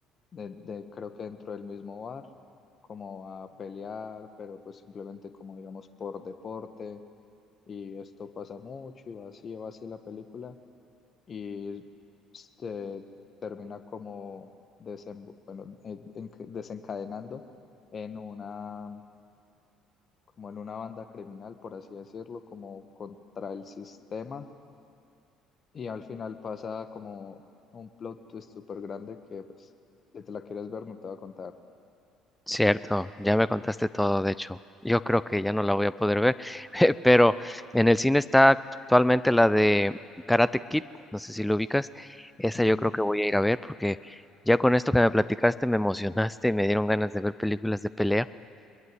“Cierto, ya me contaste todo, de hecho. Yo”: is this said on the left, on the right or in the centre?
Centre